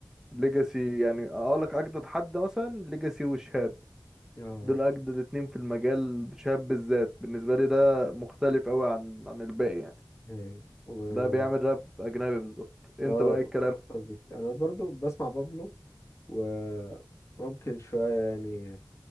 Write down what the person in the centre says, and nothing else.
ليجاسي يعني اقول لك اجدد حد مثلا ليجاسي وشهاب
دول اجدد اتنين في المجال شهاب بالذات بالنسبه لي ده مختلف قوي عن عن الباقي يعني
ده بيعمل راب اجنبي بالظبط انت
بقى إيه الكلام